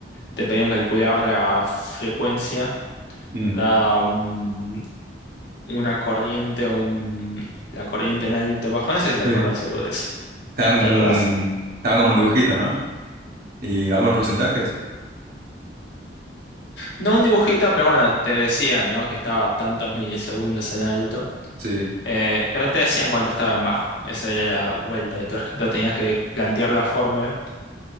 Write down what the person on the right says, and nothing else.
Mm,
sí.
Estaban como
un, estaban como un dibujito, ¿no? Y algunos porcentajes.
Sí.